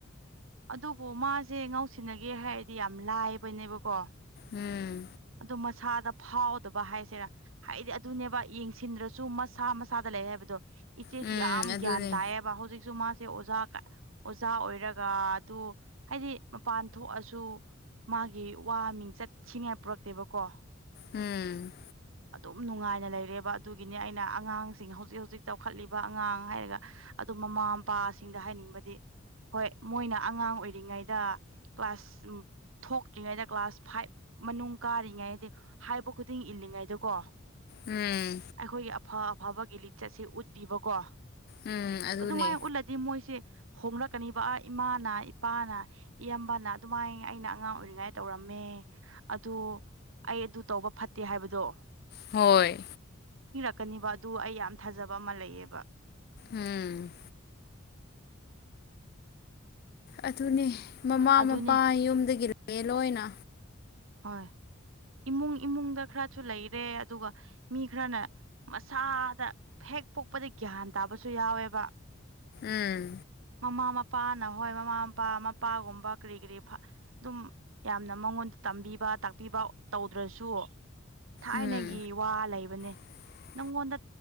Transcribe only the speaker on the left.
ꯎꯝ ꯎꯝ
ꯎꯝ
ꯑꯗꯨꯅꯦ
ꯎꯝ
ꯎꯝ
ꯎꯝ ꯑꯗꯨꯅꯦ
ꯍꯣꯏ
ꯎꯝ ꯑꯗꯨꯅꯦ ꯃꯃꯥ
ꯃꯄꯥ ꯌꯨꯝꯗꯒꯤ ꯂꯩꯑꯦ ꯂꯣꯏꯅ
ꯎꯝ
ꯎꯝ
<inaudible>